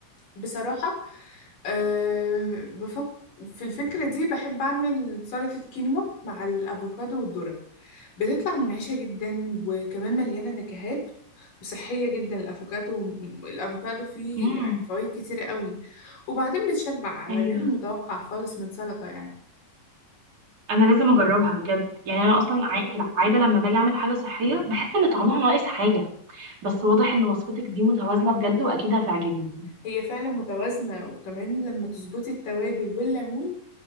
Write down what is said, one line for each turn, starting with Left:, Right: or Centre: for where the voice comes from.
Left: بصراحة أه بفك في الفكرة دي بحب أعمل سلطة كينوا مع الأفوكادو والذرة بتطلع منعشة جدا وكمان مليانة نكهات وصحية جدا الأفوكادو الأفوكادو فيه
Right: امم
Left: يعني فوائد كتيرة قوي وبعدين بتشبع على
Right: ايوه
Left: غير المتوقع خالص من سلطة يعني
Right: انا لازم اجربها بجد يعني انا اصلا عا- في العاده لما باجي اعمل حاجه صحيه بحس ان طعمها ناقص حاجه بس واضح ان وصفتك دي متوازنه بجد واكيد هتعجبني
Left: هي فعلا متوازنة وكمان لما تظبطي التوابل والليمون